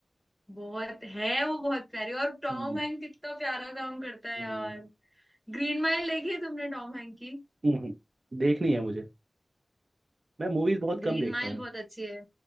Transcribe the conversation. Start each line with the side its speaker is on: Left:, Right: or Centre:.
Centre: बहुत है वो बहुत प्यारी और टॉम
Right: हम्म
Centre: हैंक कितना प्यारा काम करता है
Right: हम्म,
Centre: यार ग्रीन माइल देखी है तुमने टॉम हैंक की
Right: हम्म, हम्म। देखनी है मुझे मैं मूवीज बहुत कम
Centre: ग्रीन
Right: देखता
Centre: माइल
Right: हूँ
Centre: बहुत अच्छी है